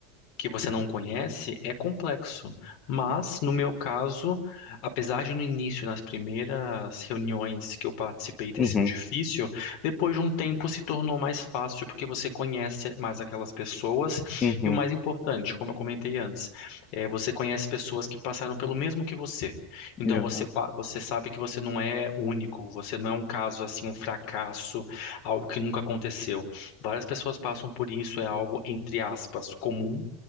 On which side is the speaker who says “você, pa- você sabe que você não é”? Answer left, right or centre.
Left